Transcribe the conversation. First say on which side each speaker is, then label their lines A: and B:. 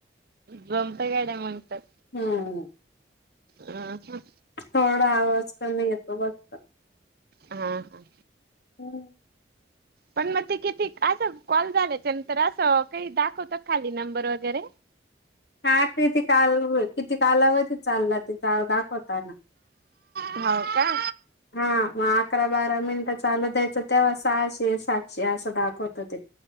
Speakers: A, on the right (about 55°); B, on the left (about 65°).
A: जमता गाड्या म्हणतात
B: हम्म
A: ह
B: थोडा आवाज करमी येतो फघत
A: हा हा
B: हम्
A: पण मग ते किती असं कॉल झाल्याच्या नंतर असं काही दाखवतं खाली नंबर वगैरे
B: हा किती काल किती काल हव त चाललं ति दाखवताना
A: हो का
B: हा मग अकरा बारा मिनटं चालू द्यायचं तेव्हा सहाशे सातशे असं दाखवत हो ते